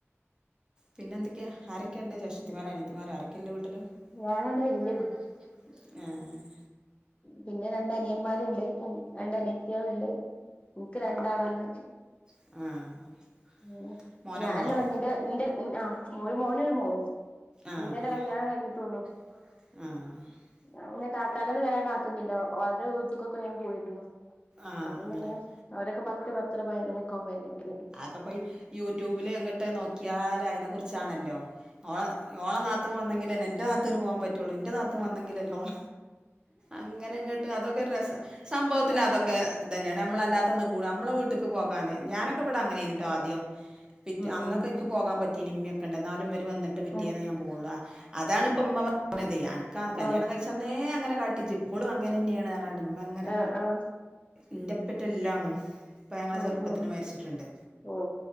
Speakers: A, on the right; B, on the left.
A: പിന്നെ എന്തൊക്യാ ആരൊക്കെയുണ്ട്
B: ഉം
A: ജേഷ്ഠത്തിൻമാരോ
B: ഉം
A: അനിയത്തിൻമാരോ അനിയത്തിമാരോ ആരോക്കെയള്ളെ വീട്ടില്
B: ഞാനാണ് വല്യ
A: ഞാനാണ് വെല്യാ കുട്ടി ആഹ്
B: പിന്ന രണ്ട് അനിയന്മാര് ണ്ട് രണ്ട് അനിയത്തിയാള് ണ്ട് ഇൻക്ക് രണ്ടാളാണ്
A: ആഹ്
B: അങ്ങനെ
A: മോനോ
B: ഞാൻ
A: മോളോ
B: ന്നെ പറഞ് ന്റെ ന്റെ ആഹ് മോളും മോന് ഒരു മോളൂസ്
A: ആഹ്
B: ന്റെ ന്നെ
A: ആഹ്
B: കല്യാണം കഴിഞ്ഞിട്ടോള്ളു
A: ആഹ്
B: ഞാൻ പിന്നെ താത്താടെ ഒന്നും വരാൻ കാത്ത് നീല്ല അവര് ടെ വീട്ട്ക്കൊക്കെ ഞാൻ പോയിരുന്നു
A: ആഹ്
B: അപ്പൊ
A: അങ്ങനെ
B: പിന്നെ അവരോക്കപത്ത് പത്തര പയനന്നോണി ക്കാവും വരണങ്കില്
A: ഒക്കപ്പോയി യൂട്യൂബില് എങ്ങട്ടേ നോക്കിയാൽ അയിനെ കുറിച്ചാണല്ലോ ഓള ഓള നാത്തൂൻ വന്നെങ്കിലല്ലേ ഇന്റെ നാത്തൂൻ പോവാൻ പറ്റുള്ളൂ ഇന്റെ നാത്തൂൻ വന്നെങ്കിലല്ലേ ഓള അങ്ങനെ ഇങ്ങട്ട് അതൊക്കരു രസാ സംഭവത്തില്
B: ആഹ്
A: അതൊക്കെ ഇതന്നെണ് നമ്മള അല്ലാത്ത ഒന്ന് കൂട മ്മളെ വീട്ട് ക്ക് പോകാന് ഞാനൊ ഇക്ക് ഇബ്ട അങ്ങനെയിനി ട്ടോ ആദ്യം പിറ്റ്
B: ഉം
A: അന്നൊക്കെ
B: ഉം
A: ഇൻക്ക് പോകാൻ പറ്റീനി ഇമ്മിയൊ ക്കണ്ട എന്നാലും വല് വന്നിട്ട് പിറ്റിയെന്നെ
B: ആഹ്
A: ഞാൻ പോഒള്ളൂ അതാണ് ഇപ്പ മ്മ പറഞ്ഞതെ അനക്ക് കല്യാണം
B: ആഹ്
A: കഴിച്ചന്നേ അങ്ങനെ കാട്ടിഇജ്ജ് ഇപ്പളും അങ്ങനെ ന്നെയാണ് കാണ്ട് മ്മ ഇങ്ങനെ
B: ആഹ് ആഹ്
A: ൻ്റെപ്പറ്റാ ഇല്ലാണും ഉപ്പ ഞങ്ങളെ
B: ഉം
A: ചെറുപ്പത്തിൽ
B: ഉം
A: മരിച്ചിട്ട്ണ്ട്
B: ഓ